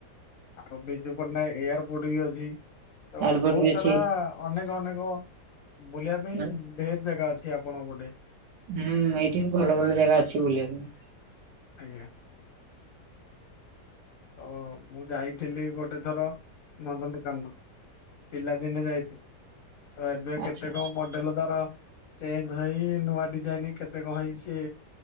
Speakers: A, on the left; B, on the right.
A: ଆଉ ବିଜୁ ପଟ୍ଟନାୟକେ ଏୟାରପୋର୍ଟ ବି ଅଛି। ତ
B: ଏୟାରପୋର୍ଟ
A: ବହୁତ୍
B: ବି
A: ସାରା
B: ଅଛି
A: ଅନେକ ଅନେକ ବୁଲିବା ପାଇଁ
B: ମାନେ
A: ଢେର୍ ଜାଗା ଅଛି ଆପଣଙ୍କ ପଟେ।
B: ହୁଁ ଏଇଠି ଭଲ ଭଲ ଜାଗା ଅଛି ବୁଲିବା ପାଇଁ।
A: ଆଜ୍ଞା। ଓ ମୁଁ ଯାଇଥିଲି ଗୋଟେ ଥର ନନ୍ଦନକାନ୍ଦନ। ପିଲାଦିନେ ଯାଇଥିଲି ତ ଏବେ
B: ଆଚ୍ଛା
A: କେତେ କମ ମଡେଲ ତାର ଚେଞ୍ଜ ହେଇ ନୂଆ ଡିଜାଇନି କେତେ କଣ ହେଇଚି।